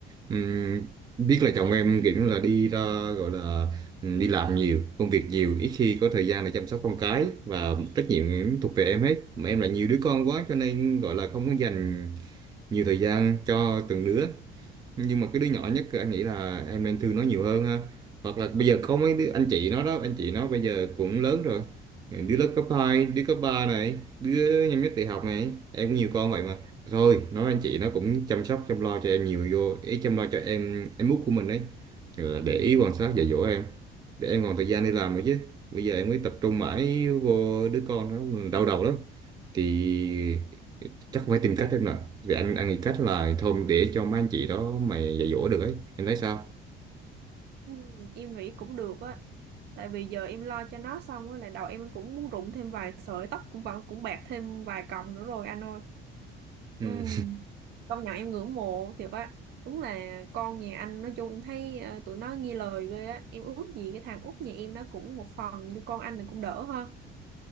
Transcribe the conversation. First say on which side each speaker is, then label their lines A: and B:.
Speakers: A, on the right (about 20°); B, on the right (about 60°).
A: Ừm, biết là chồng em kiểu như là đi ra gọi là ừm, đi làm nhiều công việc nhiều ít khi có thời gian để chăm sóc con cái và trách nhiệm thuộc về em hết mà em là nhiều đứa con quá cho nên gọi là không có dành nhiều thời gian cho từng đứa nhưng mà cái đứa nhỏ nhất anh nghĩ là em nên thương nó nhiều hơn ha hoặc là bây giờ có mấy đứa anh chị nó đó anh chị nó bây giờ cũng lớn rồi đứa lớp cấp 2, đứa cấp 3 này đứa năm nhất đại học này em có nhiều con vậy mà thôi nói anh chị nó cũng chăm sóc chăm lo cho em nhiều vô ý chăm lo cho em em út của mình đấy Rồi để
B: Ừ.
A: ý quan sát dạy dỗ em để em còn thời gian đi làm nữa chứ bây giờ em mới tập trung mãi vô đứa con nó đau đầu lắm thì chắc phải tìm cách em nè thì anh anh nghĩ cách là thôi để cho mấy anh chị đó mà dạy dỗ được ấy em thấy sao
B: Ừ, em nghĩ cũng được á tại vì giờ em lo cho nó xong á là đầu em cũng muốn rụng thêm vài sợi tóc cũng vẫn cũng bạc thêm vài cọng nữa rồi anh ơi
A: Ừ.
B: ừ, công nhận em ngưỡng mộ thiệt á đúng là con nhà anh nói chung em thấy ờ, tụi nó nghe lời ghê á em ước gì cái thằng út nhà em nó cũng một phần như con anh này cũng đỡ ha